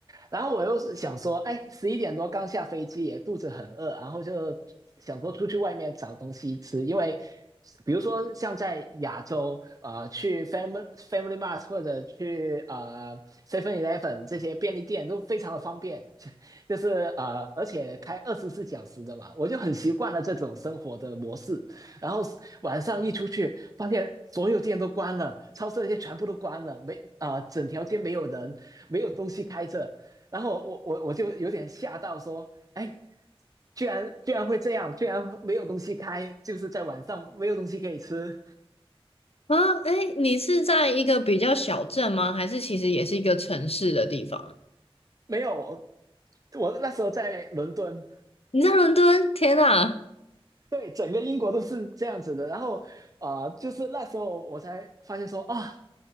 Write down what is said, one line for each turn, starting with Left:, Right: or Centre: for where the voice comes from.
Right: 然后我又是想说，哎，十一点多刚下飞机，也肚子很饿，然后就想说出去外面找东西吃，因为比如说像在亚洲，啊去 Family Family Mart 或者去啊 Seven Eleven 这些便利店都非常的方便，<laughs> 就是呃，而且开二十四小时的嘛，我就很习惯了这种生活的模式。然后是晚上一出去，发现所有店都关了，超市那些全部都关了，没啊、呃整条街没有人，没有东西开着。然后我我我就有点吓到，说，哎，居然居然会这样，居然没有东西开，就是在晚上没有东西可以吃。
Left: 啊？诶，你是在一个比较小镇吗？还是其实也是一个城市的地方？
Right: 没有，我我那时候在伦敦，
Left: 你在伦敦？天呐，
Right: 对，整个英国都是这样子的。然后，啊，就是那时候我才发现说啊，